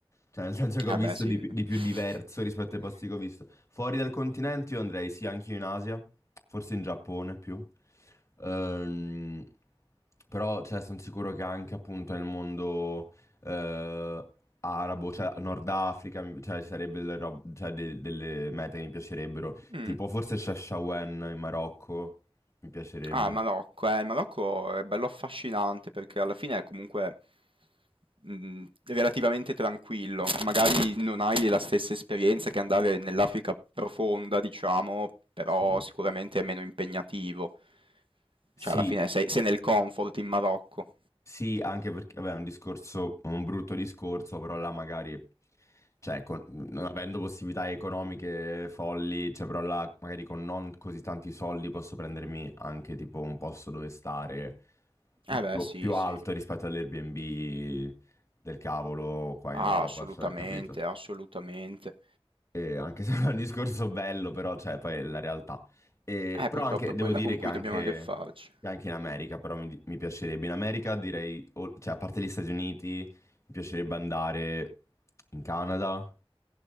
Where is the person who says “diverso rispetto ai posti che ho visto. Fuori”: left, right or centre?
Left